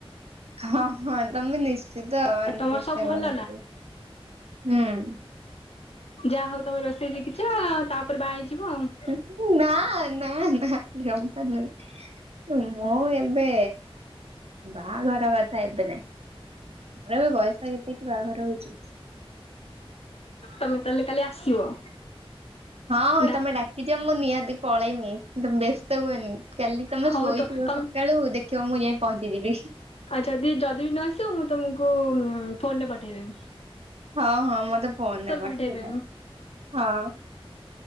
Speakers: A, on the right; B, on the left.
A: ହ ହ ତମେ ନିଶ୍ଚିତ ମାନେ
B: ଆଉ ତମର
A: ଚେଷ୍ଟା
B: ସବୁ ଭଲ
A: କର କରିବା। ଉୁଁ।
B: ଯା ହଉ ତମେ ରୋଷେଇ ଶିଖିଚ଼ ତାପରେ ବା ହେଇଯିବ ଆଉ।
A: ଉୁଁ ନା ନା ନା ଜମା ନୁହେ। ଉୁଁ ମ ଏବେ ବାହାଘର କଥା ଏବେ ନାଇଁ। ମୋର ଏବେ ବୟସ କେତିକି ବାହାଘର ହଉଚି।
B: ତମେ ତାଏଲେ କାଲି ଆସିବ?
A: ହଁ ହଁ
B: ଡାକ୍
A: ତମେ ଡାକିଚ ମୁଁ ନିହାତି ପଳେଇମି ବ୍ୟସ୍ତ ଉଅନି କାଲି। ତମେ
B: ହଉ
A: ଶୋଇଥିବ
B: ତ ତମ
A: ସକାଳୁ ଦେଖିବ ମୁଁ ଯାଇଁ ପହଞ୍ଚିଯିବି।
B: ଆଉ ଯଦି ଯଦି ବି ନ ଆସିବ ମୁଁ ତମକୁ ଫୋନରେ ପଠେଇଦେ <unintelligible>
A: ହଁ ହଁ ମତେ ପୋନ୍ ଏ ପଠେଇ
B: ପଠେଇଦେବି।
A: ଦବ ହଁ।